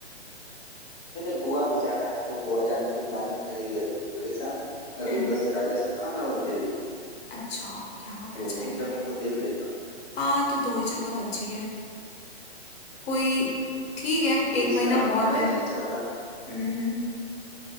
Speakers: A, on the left; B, on the left.
A: मैंने गोवा भी जाना है तो गोवा जाने की प्लानिंग रहेगी अगले साल अभी
B: हम्म
A: बस राजस्थान और दिल्ली
B: अच्छा यहाँ पर
A: तो
B: जाएंगे
A: इन जगहों को देख लेता हूँ
B: हाँ तो दो ही जगह बची है कोई ठीक है
A: चूंकि
B: एक महीना
A: अ,
B: बहुत
A: मैं
B: है
A: नहीं चाहता ना
B: हम्म हम्म,